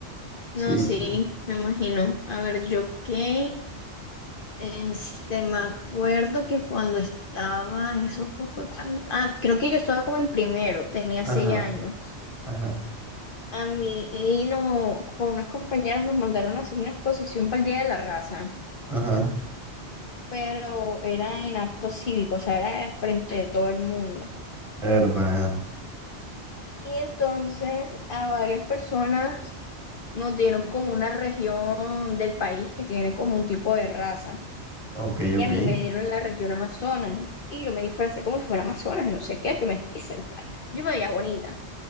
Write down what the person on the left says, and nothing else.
No,
sí,
me imagino. A ver, yo qué. Este, me acuerdo que cuando estaba, eso fue cuando. Ah, creo que yo estaba como en primero, tenía
seis años.
A mí y no, con unas compañeras nos mandaron a hacer una exposición para el Día de la Raza,
pero era en acto cívico, o sea, era frente de todo el mundo.
Y entonces a varias personas nos dieron como una región del país que tiene como un tipo de raza.
Y
a mí me dieron la región Amazonas y yo me disfracé como si fuera Amazonas y no sé qué, que me estoy sentada. Yo me veía bonita.